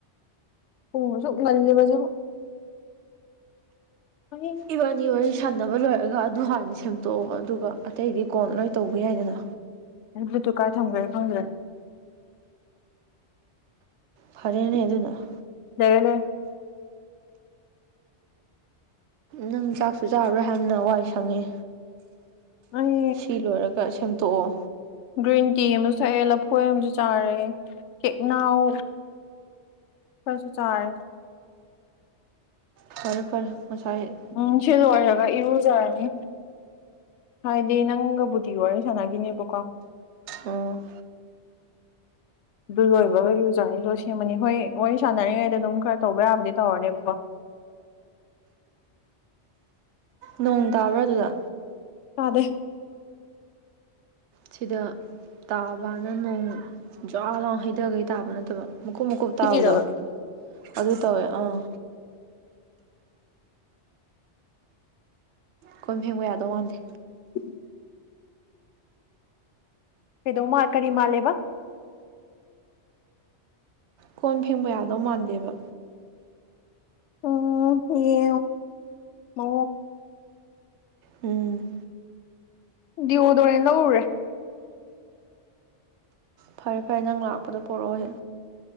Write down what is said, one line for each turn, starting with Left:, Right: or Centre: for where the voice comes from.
Left: ꯄꯨꯡ ꯁꯛ ꯉꯜꯂꯤꯕꯁꯨ ꯍꯌꯦꯡ
Right: ꯏꯕ ꯑꯅꯤ ꯋꯥꯔꯤ ꯁꯥꯟꯅꯕ ꯂꯣꯏꯔꯒ ꯑꯗꯨ ꯍꯥꯟꯅ ꯁꯦꯝꯗꯣꯛꯑꯣ ꯑꯗꯨꯒ ꯑꯇꯩꯗꯤ ꯀꯣꯟ ꯂꯣꯏ ꯇꯧꯕ ꯌꯥꯏꯗꯅ
Left: ꯑꯩꯅ ꯕ꯭ꯂꯨꯠꯇ ꯀꯥꯏ ꯊꯝ꯭ꯔꯦ ꯈꯪꯗ꯭ꯔꯦ
Right: ꯐꯔꯦꯅꯦ ꯑꯗꯨꯅ
Left: ꯅꯅꯦ
Right: ꯅꯪ ꯆꯥꯛꯁꯨ ꯆꯥꯔꯥ ꯌꯥꯝꯅꯋꯥꯏ ꯁꯪꯉꯦ
Left: ꯑꯩ
Right: ꯁꯤ ꯂꯣꯏꯔꯒ ꯁꯦꯝꯗꯣꯛꯑꯣ
Left: ꯒ꯭ꯔꯤꯟ ꯇꯤ ꯑꯃꯁꯨ ꯁꯛꯑꯦ ꯂꯐꯣꯏ ꯑꯃꯁꯨ ꯆꯥꯔꯦ ꯀꯦꯛꯅꯥꯎ ꯐꯁꯁꯨ ꯆꯥꯔꯦ
Right: ꯐꯔꯄ ꯃꯁꯥꯏ
Left: ꯎꯝ ꯁꯤ ꯂꯣꯏꯔꯒ ꯏꯔꯨꯖꯔꯅꯤ ꯍꯥꯏꯗꯤ ꯅꯪꯒꯕꯨꯗꯤꯒ ꯋꯥꯔꯤ ꯁꯥꯟꯅꯈꯤꯅꯦꯕꯀꯣ
Right: ꯑꯣ
Left: ꯑꯗꯨ ꯂꯣꯏꯕꯒ ꯌꯨꯖꯔꯅꯤ ꯂꯣꯏ ꯁꯦꯝꯃꯅꯤ ꯍꯣꯏ ꯋꯥꯔꯤ ꯁꯥꯟꯅꯔꯤꯉꯩꯗ ꯑꯗꯨꯝ ꯈꯔ ꯇꯧꯕ ꯌꯥꯕꯗꯤ ꯇꯧꯔꯅꯦꯕꯀꯣ
Right: ꯅꯣꯡ ꯇꯥꯕ꯭ꯔꯥ ꯑꯗꯨꯗ
Left: ꯇꯥꯗꯦ
Right: ꯁꯤꯗ ꯇꯥꯕꯅ ꯅꯣꯡ ꯖꯥ ꯂꯥꯎ ꯍꯩꯊꯈꯩ ꯇꯥꯕ ꯅꯠꯇꯕ ꯃꯀꯨꯞ ꯃꯀꯨꯞ
Left: ꯍꯤꯞꯄꯤꯔꯕ
Right: ꯇꯥꯕꯗꯣ ꯑꯗꯨ ꯇꯧꯋꯦ ꯑꯥ ꯀꯈꯣꯏꯝ ꯐꯦꯡꯕ ꯌꯥꯗꯧ ꯃꯥꯟꯗꯦ
Left: ꯎꯝ ꯀꯩꯗꯧ ꯃꯥ ꯀꯔꯤ ꯃꯥꯜꯂꯦꯕ
Right: ꯀꯣꯟ ꯐꯦꯡꯕ ꯌꯥꯗꯧ ꯃꯥꯟꯗꯦꯕ
Left: ꯎꯝ ꯌꯦ ꯃ
Right: ꯎꯝ
Left: ꯗꯤꯌꯗꯣꯔꯦꯅ ꯂꯧꯎꯔꯦ
Right: ꯐꯔꯦ ꯐꯔꯦ ꯅꯪ ꯂꯥꯛꯄꯗꯣ ꯄꯣꯔꯛꯑꯣꯍꯦ